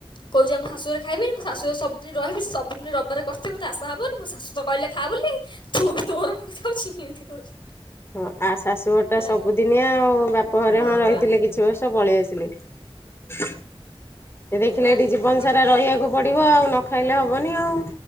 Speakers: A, on the left (about 55°); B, on the left (about 25°).
A: କହୁଚି ଆମ ଶାଶୁଘରେ ଖାଇବିନି ମୋ ଶାଶୁ ଘରେ ସବୁ ଯେ ରହିବି ସବୁଦିନ ରବିବାର କରିଥିବେ ତୋ ଆଶା ହବନି ମୋ ଶାଶୁ ତ କହିଲେ ଖା ବୋଲି ତୁ ତୋର କଣ ଖାଉଛି। ଏମିତି କହୁଛି।
B: ହଁ ଆ ଶାଶୁଘର ଟା
A: ଯାହା
B: ସବୁଦିନିଆ ଆଉ ବାପ ଘରେ
A: ହଉ।
B: ହଁ ରହିଥିଲେ
A: ବା
B: କିଛି ବର୍ଷ ପଳେଇ ଆସି ହେଲେ। ସେ
A: ମୁଁ
B: ଦେଖିଲେ
A: ପା
B: ଏଇଠି
A: ଆଜି
B: ଜୀବନ
A: କଙ୍କଡ଼ା
B: ସାରା ରହିବାକୁ ପଡିବ ଆଉ। ନ ଖାଇଲେ ହବନି ଆଉ।